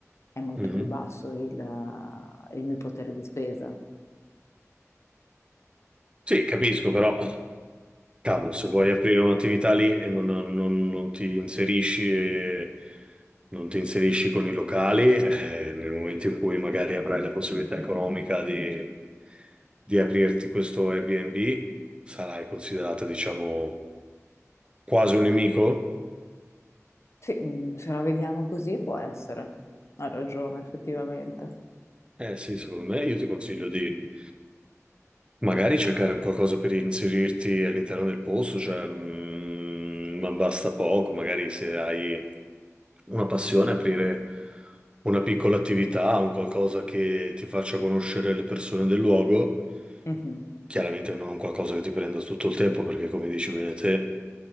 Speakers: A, on the left (about 55°); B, on the right (about 20°).
A: è molto
B: Mhm.
A: più basso il, il mio potere di spesa.
B: Sì, capisco, però. Cavolo, se vuoi aprire un'attività lì e non, non- non ti inserisci, eh, non ti inserisci con i locali, eh, nel momento in cui magari avrai la possibilità economica di, di aprirti questo Airbnb, sarai considerato, diciamo, quasi un nemico?
A: Sì, mm, se la vediamo così può essere. Ha ragione, effettivamente.
B: Eh sì, secondo me io ti consiglio di magari cercare un qualcosa per inserirti all'interno del posto, cioè, mm, ma basta poco, magari se hai una passione, aprire una piccola attività, un qualcosa che ti faccia conoscere le persone del luogo.
A: Mhm,
B: Chiaramente non un qualcosa che ti prenda tutto il tempo, perché come dici bene te,